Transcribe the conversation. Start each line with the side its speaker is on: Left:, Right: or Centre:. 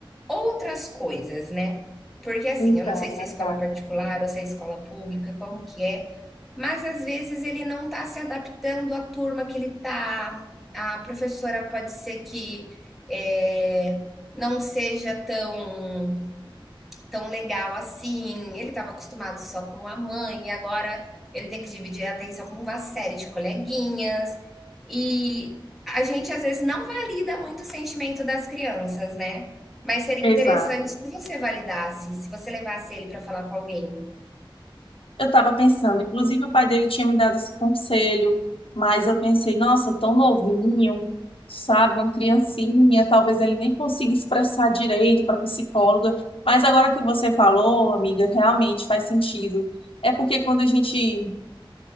Centre: outras coisas, né? Porque assim,
Left: Então,
Centre: eu não sei se
Left: é
Centre: é
Left: verdade.
Centre: escola particular ou se é escola pública, como que é, mas às vezes ele não está se adaptando à turma que ele está, A professora pode ser que eh, não seja tão tão legal assim. Ele estava acostumado só com a mãe e agora ele tem que dividir a atenção com uma série de coleguinhas. E a gente às vezes não valida muito o sentimento das crianças, né? Mas seria
Left: Exato.
Centre: interessante se você validasse, se você levasse ele para falar com alguém.
Left: Eu estava pensando, inclusive o pai dele tinha me dado esse conselho, mas eu pensei, nossa, tão novinho, sabe, uma criancinha, talvez ele nem consiga expressar direito para psicóloga. Mas agora que você falou, amiga, realmente faz sentido. É porque quando a gente,